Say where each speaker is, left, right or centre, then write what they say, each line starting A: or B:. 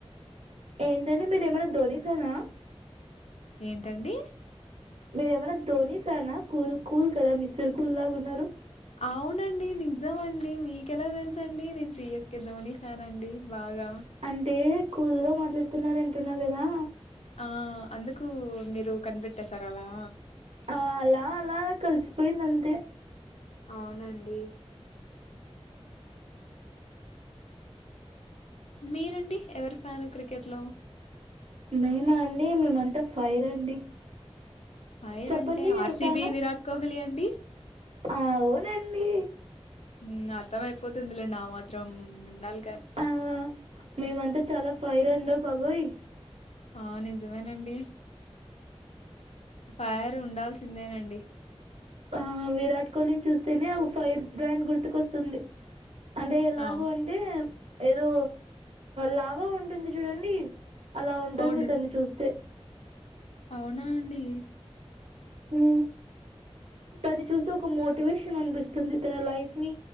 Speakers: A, on the right (about 70°); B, on the left (about 85°).
A: ఏంటండి మీరు ఏమైనా ధోని ఫ్యాన్ ఆ
B: ఏంటండి
A: మీరు ఏమన్నా ధోని ఫ్యాన కూల్ కూల్ కదా మిస్టర్ కూల్ లాగా ఉన్నారు
B: అవునండి నిజం అండి మీకెలా తెలుసు అండి నేను సిఎస్కే ధోని ఫ్యాన్ అండి బాగా
A: అంటే కూల్ గా మాట్లాడుతున్నార అంటున్నా గదా
B: ఆ అందుకు మీరు కనిపెట్టేసారలా
A: ఆ అలా అలా కలిసిపోయింది అంతే
B: అవునండి మీరండి ఎవరి ఫ్యాను క్రికెట్ లో
A: మేమ అండి మేమంతా ఫైర్ అండి
B: ఫైర్
A: చెప్పండి
B: అంటే ఆర్సిబి
A: ఎవరి ఫ్యాను?
B: విరాట్ కోహ్లీ అండి
A: అవునండి
B: ఉమ్నా అర్థం అయిపోతుందిలేండి ఆ మాత్రం ఉండాల్
A: ఆ మేమంతా చాలా ఫైర్ అండో బాబోయ్
B: ఆ నిజమేనండి ఫైర్ ఉండాల్సిందేనండి
A: ఆ విరాట్ కోహ్లీని చూస్తేనే ఒ ఫైర్ బ్రాండ్ గుర్తుకొస్తుంది అంటే ఎలాగొ
B: ఆ
A: అంటే ఏదో లావా ఉంటుంది చూడండి అలా ఉంటుంది
B: అవును
A: ఇతన్ని చూస్తే
B: అవునా అండి
A: ఉ తని చూస్తె ఒక మోటివేషన్ అనిపిస్తుంది తన లైఫ్ ని